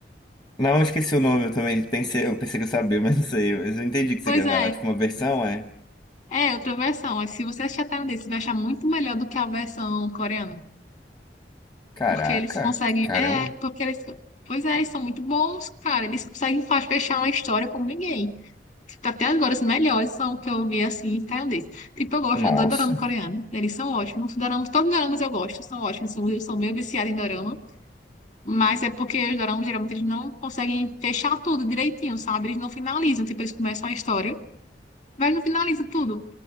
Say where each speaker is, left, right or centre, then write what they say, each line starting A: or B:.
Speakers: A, on the left; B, on the left.
A: Não, eu esqueci o nome, eu também pensei, eu pensei que eu sabia, <laughs> mas não sei. Mas eu entendi o que
B: Pois
A: você quer
B: é,
A: falar. Tipo, uma versão é.
B: é outra versão. Mas se você achar tailandês, você vai achar muito melhor do que a versão coreana.
A: Caraca,
B: Porque eles conseguem.
A: caramba.
B: É, porque eles. Pois é, eles são muito bons, cara. Eles conseguem fa- fechar uma história como ninguém. Tipo, até agora, os melhores são que eu vi assim, tailandês. Tipo, eu gosto,
A: Nossa.
B: eu adoro dorama coreano. Eles são ótimos. Doramas, todos os doramas eu gosto, são ótimos. São, eu sou meio viciada em dorama. Mas é porque os doramas geralmente eles não conseguem fechar tudo direitinho, sabe? Eles não finalizam. Tipo, eles começam a história, mas não finalizam tudo.